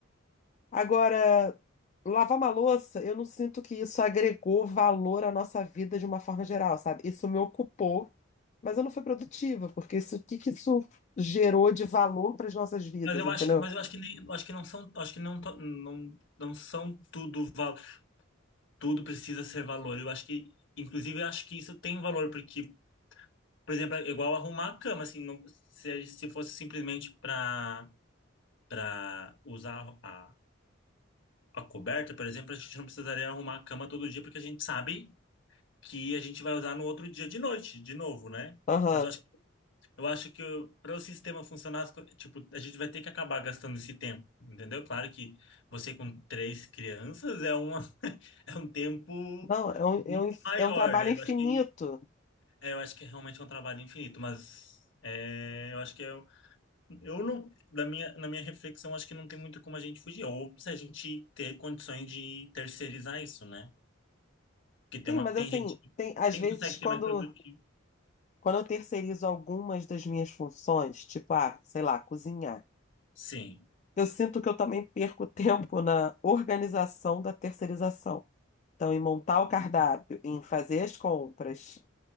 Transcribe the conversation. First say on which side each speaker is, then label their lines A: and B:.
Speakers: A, on the left; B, on the left.
A: Agora, lavar uma louça, eu não sinto que isso agregou valor à nossa vida de uma forma geral, sabe? Isso me ocupou, mas eu não fui produtiva, porque isso, o que que isso gerou de valor para as nossas vidas,
B: Mas eu
A: entendeu?
B: acho que, mas eu acho que nem, eu acho que não são, acho que não, to- não, não são tudo, val- tudo precisa ser valor. Eu acho que, inclusive, eu acho que isso tem valor, porque, por exemplo, é igual arrumar a cama, assim, não- se, se fosse simplesmente para para usar a, a coberta, por exemplo, a gente não precisaria arrumar a cama todo dia, porque a gente sabe que a gente vai usar no outro dia de noite, de novo, né?
A: Aham.
B: Mas eu acho, eu acho que para o sistema funcionar, as co- tipo, a gente vai ter que acabar gastando esse tempo, entendeu? Claro que você com três crianças é uma, <laughs> é um tempo
A: Não, é um,
B: muito
A: é um, inf-
B: maior,
A: é um trabalho
B: né?
A: infinito.
B: Eu acho que, é, eu acho que é realmente um trabalho infinito, mas é, eu acho que eu, eu não, na minha, na minha reflexão, acho que não tem muito como a gente fugir, ou se a gente ter condições de terceirizar isso, né? Porque tem
A: Sim,
B: uma,
A: mas
B: tem
A: assim,
B: gente,
A: tem, às
B: quem
A: vezes
B: consegue
A: quando,
B: ser mais produtivo
A: quando eu terceirizo algumas das minhas funções, tipo, ah, sei lá, cozinhar,
B: Sim,
A: eu sinto que eu também perco <laughs> tempo na organização da terceirização. Então, em montar o cardápio, em fazer as compras,